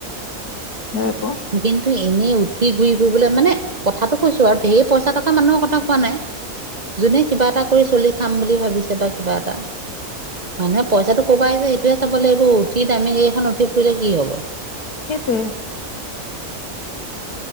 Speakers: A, on the left; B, on the right.
A: হয় আকৌ
B: কিন্তু এনেই উঠি ঘুই ফুৰিবলৈ মানে কথাটো কৈছো আৰু ধেইৰ পইচা টকা মানুহৰ কথা কোৱা নাই যোনে কিবা এটা কৰি চলি খাম বুলি ভাবিছে বা কিবা এটা মানুহে পইচাটো ক'ৰব আহিছে সেইটোৱে চাব লাগিব উঠি দামী গাড়ীখন উঠি ফুৰিলে কি হব
A: সেইটোৱে